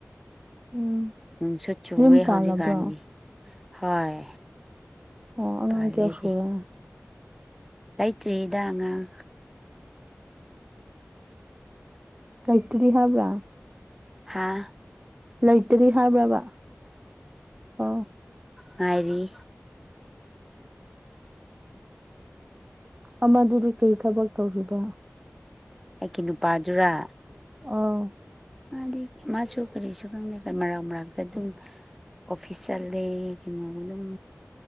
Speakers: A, on the right (about 25°); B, in the centre.
A: ꯎꯝ
B: ꯅꯨꯡꯁꯨꯠ ꯆꯨꯑꯦ
A: ꯌꯨꯝ ꯄꯥꯜꯂꯕ꯭ꯔꯣ
B: ꯍꯧꯖꯤꯛꯀꯥꯟꯗꯤ ꯍꯣꯏ
A: ꯑꯣ ꯑꯉꯥꯡ
B: ꯄꯥꯜꯂꯦꯗꯤ
A: ꯀꯌꯥ ꯁꯨꯔꯦ
B: ꯂꯩꯇ꯭ꯔꯤꯗ ꯑꯉꯥꯡ
A: ꯀꯥꯏꯇ꯭ꯔꯤ ꯍꯥꯏꯕ꯭ꯔꯥ
B: ꯍꯥꯥ
A: ꯂꯩꯇ꯭ꯔꯤ ꯍꯥꯏꯕ꯭ꯔꯕ ꯑꯣ
B: ꯉꯅꯥꯥꯏꯔꯤ
A: ꯑꯃꯗꯨꯗꯤ ꯀꯔꯤ ꯊꯕꯛ ꯇꯧꯔꯤꯕ
B: ꯑꯩꯒꯤ ꯅꯨꯄꯥꯗꯨꯔꯥ
A: ꯑꯧ
B: ꯃꯥꯗꯤ ꯃꯥꯁꯨ ꯀꯔꯤꯁꯨ ꯈꯪꯗ ꯃꯔꯥꯛ ꯃꯔꯛꯇ ꯑꯗꯨꯝ ꯑꯣꯐꯤꯁꯦꯜ ꯂꯩ ꯀꯅꯣꯒꯅꯝ